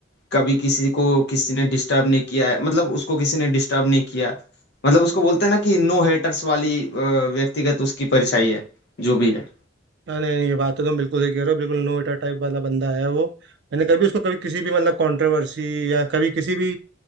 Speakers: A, on the left; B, on the right.
A: कभी किसी को किसी ने डिस्टर्ब नहीं किया है मतलब उसको किसी ने डिस्टर्ब नहीं किया मतलब उसको बोलते हैं ना कि नो हेटर्स वाली अ, व्यक्तिगत उसकी परछाई है जो भी है
B: हाँ, नहीं नहीं ये बात तो तुम बिल्कुल सही कह रहे हो बिल्कुल नोएटा टाइप वाला बंदा है वो मैंने कभी उसको कभी किसी भी मतलब कंट्रोवर्सी या कभी किसी भी